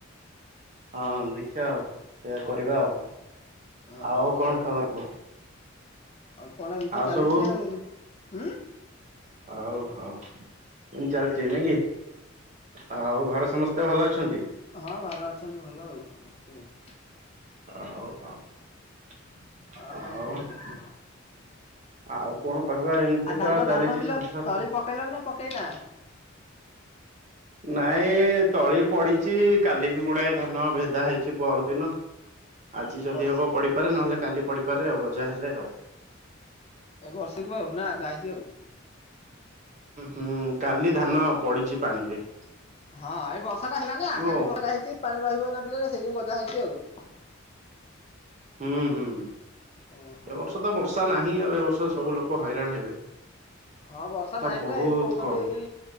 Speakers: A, on the right (about 35°); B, on the left (about 30°).
A: ହଁ ଦେଖିବା ଆଉ ସେଇୟା କରିବା ଆଉ
B: ଅ
A: ଆଉ
B: ହଉ
A: କଣ ଖବର କୁହ?
B: ଆଉ କଣ ଏମିତି
A: ଆଉ
B: ଚାଲିଛି
A: ସବୁ
B: ଆଉ ହୁଁ।
A: ହଉ ହଉ କେମତି ଚାଲିଛି ନାଇ କି ଆଉ ଘର ସମସ୍ତେ ଭଲ ଅଛନ୍ତି?
B: ହଁ ଘରେ ଅଛନ୍ତି ଭଲ ଆଉ ସମସ୍ତେ ଆଉ
A: ହଉ ହଉ
B: ଆଉ
A: ଆଉ
B: କଣ କହୁଛ କୁହ?
A: ଆଉ କଣ କହିବା ଏମିତି
B: ଆଉ ଧାନ
A: ତ ଚାଲିଛି
B: ଧାନ ବିଲ
A: ସଂସାର।
B: ତଳି ପକେଇଲଣି ନା ପକେଇନା?
A: ନାଇଁ ତଳି ପଡିଛି କାଲି ବି ଗୁଡାଏ ଧାନ ଭେଦା ହେଇଛି ପର ଦିନ। ଆଜି
B: ଏ
A: ଯଦି
B: ବର୍ଷ
A: ହବ ପଡିିପାରେ ନହେଲେ କାଲି ପଡିପାରେ ଆଉ ଗଜା ହେଲେ ଆଉ।
B: ଏ ବର୍ଷାକୁ ଆଉ ନା ଲଗା ହେଇଛି ଆଉ।
A: ହୁଁ କାଲି ଧାନ ପଡିଛି ପାଣି ରେ।
B: ହଁ ଏଇ ବର୍ଷା ଟା ହେଲା ନା କାଲି
A: ଆଉ
B: ବର୍ଷାଟା ହେଇଛି ପାଣି ରହିବ କି ନା ବିଲ ସେଇ ଯୁ ଗଜା ହେଇଛି ଆଉ।
A: ହୁଁ ହୁଁ
B: ଓହୋ
A: ଏ ବର୍ଷ ତ ବର୍ଷା
B: ଆଉ କଣ
A: ନାହିଁ ଆଉ ଏ ବର୍ଷ ସବୁ ଲୋକ କ ହଇରାଣ ହେବେ।
B: ହଁ ବର୍ଷା ନାହିଁ
A: ବହୁତ
B: ପରା ଏଇ କହୁଛନ୍ତି
A: କମ୍।
B: ଏଇ